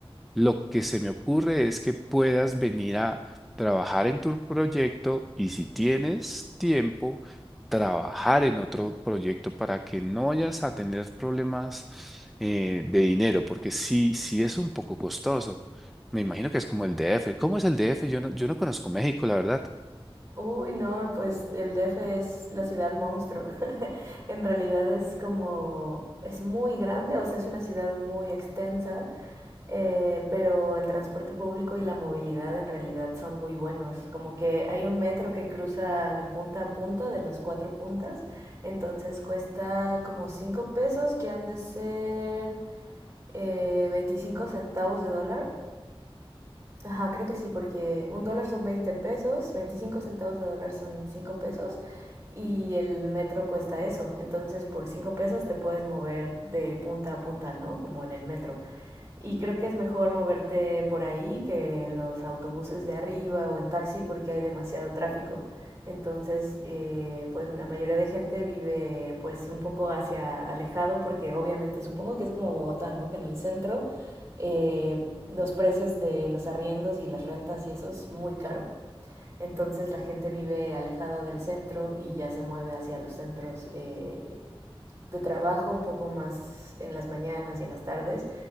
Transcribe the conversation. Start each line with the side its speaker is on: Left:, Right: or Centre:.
Centre: lo que se me ocurre es que puedas venir a trabajar en tu proyecto y si tienes tiempo, trabajar en otro proyecto para que no vayas a tener problemas eh, de dinero, porque sí, sí es un poco costoso. Me imagino que es como el DF. ¿Cómo es el DF? Yo no, yo no conozco México, la verdad.
Right: Uy, no, pues el DF es la ciudad monstruo. <laughs> En realidad es como, es muy grande, o sea, es una ciudad muy extensa eh, pero el transporte público y la movilidad en realidad son muy buenos. Como que hay un metro que cruza de punta a punta, de las cuatro puntas, entonces cuesta como 5 pesos, que han de ser eh, 25 centavos de dólar. Ajá, creo que sí, porque un dólar son 20 pesos, 25 centavos de dólar son cinco pesos y el metro cuesta eso. Entonces, por 5 pesos te puedes mover de punta a punta, ¿no? Como en el metro. Y creo que es mejor moverte por ahí que en los autobuses de arriba o en taxi porque hay demasiado tráfico. Entonces, eh, pues la mayoría de gente vive pues un poco hacia alejado porque obviamente supongo que es como Bogotá, ¿no? Que en el centro eh, los precios de los arriendos y las rentas y eso es muy caro. Entonces la gente vive alejada del centro y ya se mueve hacia los centros eh, de trabajo un poco más en las mañanas y en las tardes.